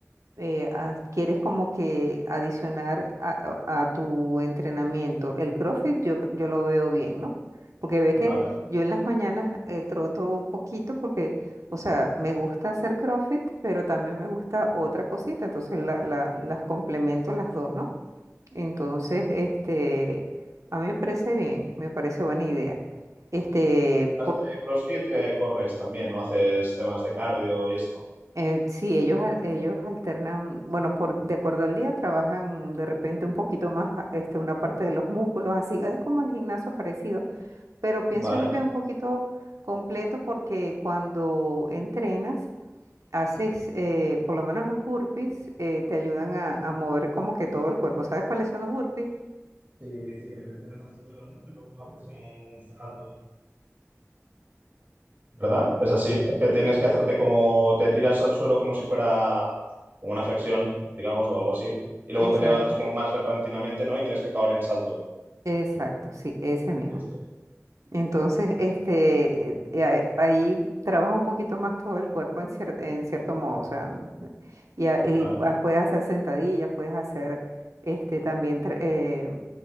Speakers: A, on the right; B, on the right.
A: eh, as- quieres como que adicionar a, a- a tu entrenamiento el CrossFit, yo, cre- yo lo veo bien, ¿no? Porque ve
B: Vale.
A: que yo en las mañanas eh, troto un poquito porque, o sea, me gusta hacer CrossFit, pero también me gusta otra cosita, entonces la- la- las complemento las dos, ¿no? Entonces, este, a mí me parece bien, me parece buena idea. Este,
B: Además de CrossFit, eh, corres también, ¿no? Haces temas de cardio y esto.
A: Eh, sí, ellos, al- ellos alternan, bueno, por, de acuerdo al día trabajan de repente un poquito más a- este, una parte de los músculos, así es como el gimnasio parecido, pero pienso
B: Vale.
A: yo que es un poquito completo porque cuando entrenas, haces,
B: Ujú.
A: eh, por lo menos los burpees, eh, te ayudan a, a mover como que todo el cuerpo. ¿Sabes cuáles son los burpees?
B: Sí, sí, que te tiras al suelo, ¿no? Y luego haces como un salto. ¿Verdad? Es así, ¿no? Que tienes que hacerte como, te tiras al suelo como si fuera como una flexión, digamos, o algo así, y luego
A: Exacto.
B: te levantas como más repentinamente, ¿no? Y tienes que acabar en salto.
A: Exacto, sí, ese mismo.
B: Sí, sí.
A: Entonces, este, eh, ahí ahí trabaja un poquito más todo el cuerpo en cier- en cierto modo, o sea, n- y, a-
B: Vale,
A: y a- puedes hacer sentadillas, puedes hacer, este, también tra- eh,